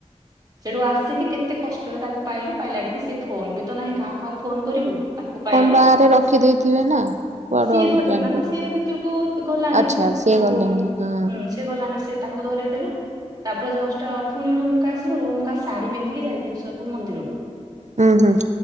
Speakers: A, on the right (about 30°); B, on the right (about 70°).
A: ସେଠୁ ଆସିକି କେତେ କେତେ କଷ୍ଟରେ ତାକୁ ପାଇଲୁ ପାଇଲାଡିକ କି ସେ ଫୋନ ବି ତ ନାହିଁ କାହା କାହା ଫୋନ କରିବୁ। ତାକୁ ପାଇଲୁ।
B: ଫୋନ ବାହାରେ ରଖିଦେଇଥିବେ ନା କୁଆଡୁ
A: ସିଏ
B: ଆଉ
A: ଧରିଥିଲା
B: ଜାଣିପାରିବେ।
A: ନା ତ ସିଏ ଭିତରକୁ ଗଲାନି।
B: ଆଚ୍ଛା
A: ତେଣୁ
B: ସିଏ ଗଲେନି ହଁ
A: ହୁଁ ସେ ଗଲାଣି, ସେ ତାକୁ ଧରେଇ ଦେଲେ। ତାପରେ ଜଷ୍ଟ ପୁଣି ରୁମକୁ ଆସିଲା। ରୁମକା ଶାଢୀ ପିନ୍ଧିକି ଯାଇଥିଲୁ ସବୁ ମନ୍ଦିରକୁ।
B: ହୁଁ ହୁଁ